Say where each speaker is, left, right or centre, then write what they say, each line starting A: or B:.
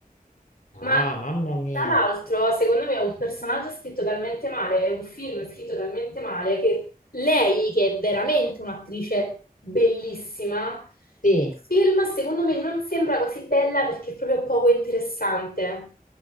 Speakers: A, on the left (about 60°); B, on the left (about 85°).
A: Ah,
B: Ma
A: mamma mia.
B: tra l'altro, secondo me, è un personaggio scritto talmente male, è un film scritto talmente male che lei, che è veramente un'attrice bellissima,
A: Sì,
B: il film secondo me non sembra così bella perché è proprio poco interessante.